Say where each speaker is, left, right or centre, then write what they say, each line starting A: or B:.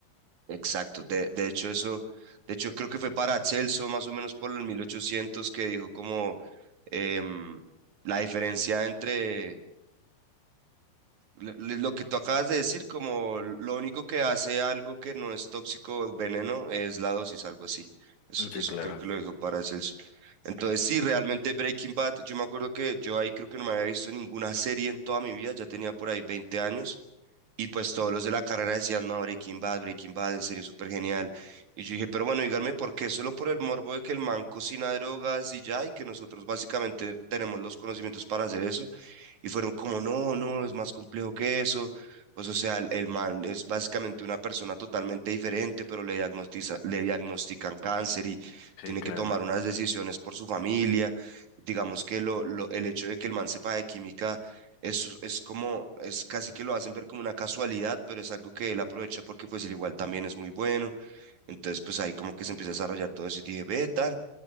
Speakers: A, on the right; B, on the left.
A: exacto. De, de hecho, eso, de hecho, creo que fue para Celso, más o menos por el mil ochocientos que dijo como em, la diferencia entre lo lo que tú acabas de decir, como lo único que hace algo que no es tóxico o veneno es la dosis, algo así. Eso,
B: Sí,
A: eso
B: claro.
A: creo que lo dijo para Celso. Entonces, sí, realmente Breaking Bad, yo me acuerdo que yo ahí creo que no me había visto ninguna serie en toda mi vida, ya tenía por ahí 20 años. Y pues todos los de la carrera decían, no, Breaking Bad, Breaking Bad, en serio, súper genial. Y yo dije, pero bueno, díganme por qué, solo por el morbo de que el man cocina drogas y ya, y que nosotros básicamente tenemos los conocimientos para hacer eso. Y fueron como, no, no, es más complejo que eso. Pues, o sea, el, el man es básicamente una persona totalmente diferente, pero le diagnostiza, le diagnostican cáncer y
B: Sí,
A: tiene
B: claro.
A: que tomar unas decisiones por su familia. Digamos que lo, lo- el hecho de que el man sepa de química es, es como, es casi que lo hacen ver como una casualidad, pero es algo que él aprovecha porque pues el igual también es muy bueno. Entonces, pues ahí como que se empieza a desarrollar todo eso y dije, ve, tan,